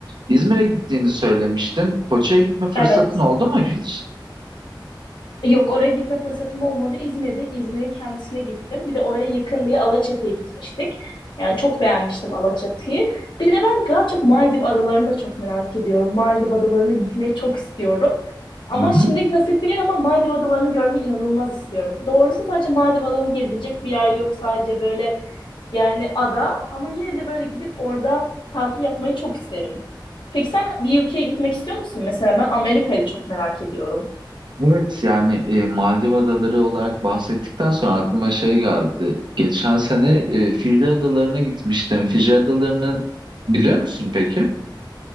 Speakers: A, on the right; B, on the left.
A: İzmir'e gittiğini söylemiştin. Foça'ya gitme fırsatın
B: Evet.
A: oldu mu hiç?
B: Yok oraya gitme fırsatım olmadı. İzmir'de İzmir'in kendisine gittim. Bir de oraya yakın diye Alaçatı'ya gitmiştik. Yani çok beğenmiştim Alaçatı'yı. Bir de ben daha çok Maldiv adalarını da çok merak ediyorum. Maldiv adalarına gitmeyi çok istiyorum. Ama
A: Hı hı.
B: şimdilik nasip değil ama Maldiv adalarını görmeyi inanılmaz istiyorum. Doğrusu sadece Maldiv adalarını gezilecek bir yer yok. Sadece böyle yani ada ama yine de böyle gidip orada tatil yapmayı çok isterim. Peki sen bir ülkeye gitmek istiyor musun? Mesela ben Amerika'yı da çok merak ediyorum.
A: Evet yani e, Maldiv Adaları olarak bahsettikten sonra aklıma şey geldi. Geçen sene e, Fiji Adaları'na gitmiştim. Fiji Adaları'nı biliyor musun peki?